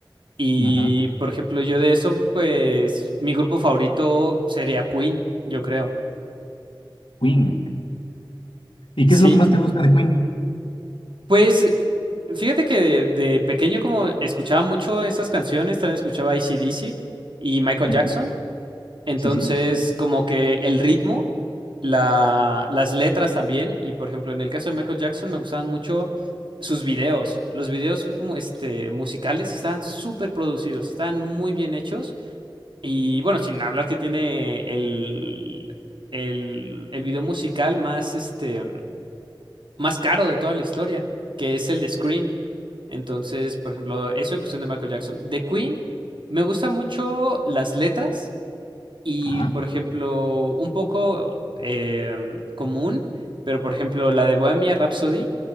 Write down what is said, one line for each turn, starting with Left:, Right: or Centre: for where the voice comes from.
Right: Y,
Left: Ujú,
Right: por ejemplo, yo de eso, pues, mi grupo favorito sería Queen, yo creo.
Left: Queen. ¿Y
Right: Sí,
Left: qué es lo que más te gusta de Queen?
Right: Pues fíjate que de, de pequeño como escuchaba mucho esas canciones, también escuchaba D. C. y Michael
Left: Ujú,
Right: Jackson, entonces
Left: Sí, sí.
Right: como que el ritmo, la, las letras también, y por ejemplo en el caso de Michael Jackson me gustaban mucho sus videos, los videos mu- este, musicales estaban súper producidos, estaban muy bien hechos, y bueno, sin hablar que tiene el, el, el video musical más, este, más caro de toda la historia, que es el de Scream. Entonces, por ejemplo, eso en cuestión de Michael Jackson. De Queen, me gustan mucho las letras y,
Left: Ajá,
Right: por ejemplo, un poco eh, común, pero por ejemplo, la de Bohemia Rhapsody